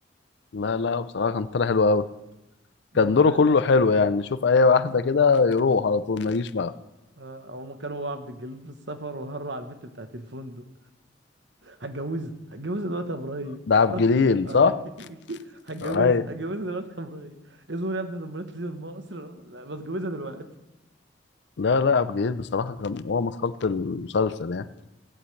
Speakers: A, on the left; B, on the right.
A: لا لا بصراحة كان طالع حلو قوي
B: بيقول
A: كان دوره
B: له
A: كله حلو يعني شوف اي واحدة كده يروح على طول ما يجيش معاه
B: اه هم كانوا هو وعبد الجليل في السفر وهروا على البت بتاعت الفندق هتجوزها هتجوزها دلوقتي يا ابراهيم
A: ده عبد
B: <laughs>
A: الجليل
B: عبد
A: صح؟
B: الك- هتجوزها
A: اي
B: هتجوزها دلوقتي يا ابراهيم اصبر يا ابني لما تنزل مصر لا بس اتجوزها دلوقتي
A: لا لا عبد الجليل بصراحة كان هو مسخرة المسلسل يعني